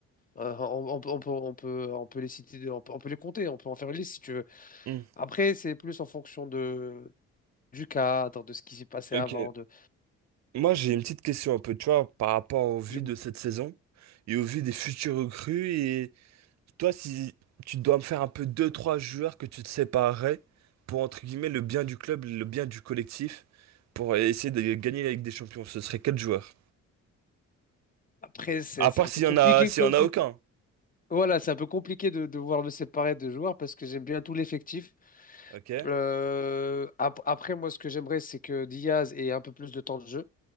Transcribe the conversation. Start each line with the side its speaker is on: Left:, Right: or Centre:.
Left: Euh, on, on peut, on peut, on peut, on peut les citer, on peut, on peut les compter, on peut en faire une liste si tu veux.
Right: Hmm,
Left: Après, c'est plus en fonction de, du cadre, de ce qui s'est passé
Right: Ok.
Left: avant, de,
Right: Moi, j'ai une petite question un peu, tu vois, par rapport au vu
Left: du mois.
Right: de cette saison et au vu des futurs recrues Toi, si tu dois me faire un peu deux, trois joueurs que tu te séparerais pour, entre guillemets, le bien du club, le bien du collectif, pour essayer de gagner la Ligue des Champions, ce serait quel joueur?
Left: Après, c'est
Right: À
Left: c'est
Right: part
Left: un peu
Right: s'il
Left: compliqué
Right: y en a, s'il
Left: que,
Right: y en
Left: que-
Right: a aucun.
Left: voilà, c'est un peu compliqué de, de vouloir me séparer de joueurs parce que j'aime bien tout l'effectif.
Right: Ok.
Left: Euh, ap- après, moi, ce que j'aimerais, c'est que Diaz ait un peu plus de temps de jeu